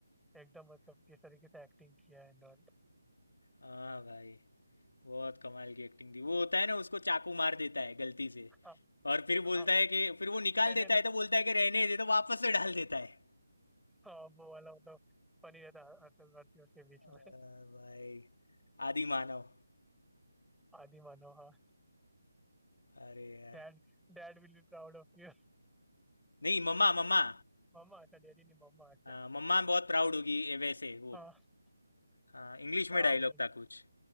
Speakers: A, in the centre; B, on the left.
A: एकदम मतलब किस तरीके से एक्टिंग किया है एंड ऑल
B: हाँ भाई बहुत कमाल की एक्टिंग थी वो होता है ना उसको चाकू मार देता है गलती से
A: हाँ
B: और फिर बोलता
A: हाँ।
B: है कि फिर वो निकाल
A: मैंने
B: देता है
A: तो
B: तो बोलता है कि रहने दे तो वापस से डाल देता है
A: हाँ वो वाला मतलब फनी रहता है, अरशद वारसी उसके बीच
B: हाँ
A: में
B: भाई आदि मानव
A: आदि मानो हाँ
B: अरे यार
A: Dad dad will be proud of you
B: नहीं मम्मा मम्मा
A: Mumma अच्छा डैडी नहीं मम्मा अच्छा
B: हाँ, मम्मा बहुत प्राउड होगी ये वैसे वो
A: हाँ
B: हाँ इंग्लिश में
A: हाँ
B: डायलॉग
A: वो वाला
B: था कुछ